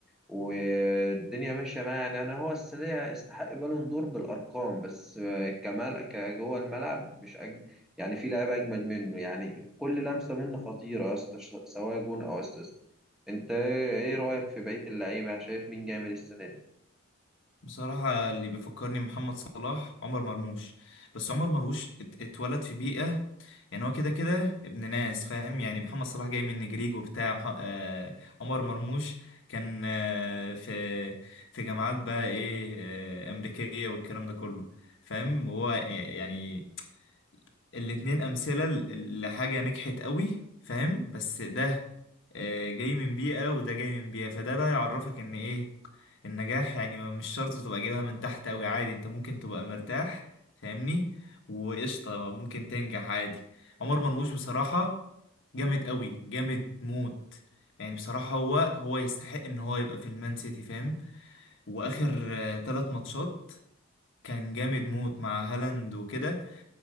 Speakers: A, in the centre; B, on the left (about 60°).
A: والدنيا ماشيه معاه يعني انا هو السنه دي يستحق بالون دور بالارقام بس آه، كمال كجوه الملعب مش أج... يعني في لعيبه اجمد منه يعني كل لمسه منه خطيره يا اسطى، ش- سواء جون او اسيست انت ايه رايك في بقيه اللعيبه يعني شايف مين جامد السنه دي
B: بصراحه اللي بيفكرني محمد صلاح عمر مرموش بس عمر مرموش ات- اتولد في بيئه يعني هو كده كده ابن ناس فاهم يعني محمد صلاح جاي من نجريج وبتاع مح... آه... عمر مرموش كان آه... في في جامعات بقى ايه آه... امريكيه والكلام ده كله فاهم هو يعني الاتنين أمثلة ل- لحاجة نجحت قوي فاهم بس ده آه، جاي من بيئة وده جاي من بيئة فده بقى يعرفك إن إيه النجاح يعني ما- مش شرط تبقى جايبها من تحت قوي عادي أنت ممكن تبقى مرتاح فاهمني وقشطة ممكن تنجح عادي عمر مرموش بصراحة جامد قوي جامد موت يعني بصراحة هو هو يستحق إن هو يبقى في المان سيتي فاهم وآخر آه، تلات ماتشات كان جامد موت مع هالاند وكده